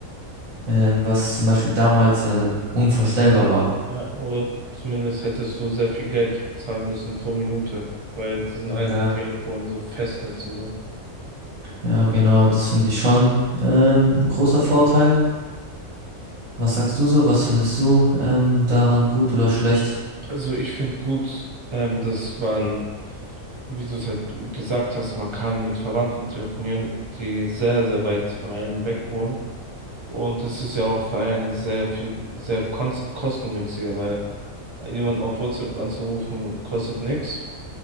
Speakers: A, on the right; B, on the right.
A: ähm, was zum Beispiel damals ja unvorstellbar war.
B: Ja, oder zumindest hättest du sehr viel Geld zahlen müssen pro Minute bei diesen alten
A: Ja.
B: Telefonen, so Festnetz und so.
A: Ja, genau, das finde ich schon ähm, ein großer Vorteil. Was sagst du so? Was findest du ähm, daran gut oder schlecht?
B: Also ich finde gut, ähm, dass man, wie du es halt gesagt hast, man kann mit Verwandten telefonieren, die sehr, sehr weit von einem weg wohnen. Und es ist ja auch für einen sehr viel, sehr kons- kostengünstiger, weil jemanden auf WhatsApp anzurufen kostet nichts.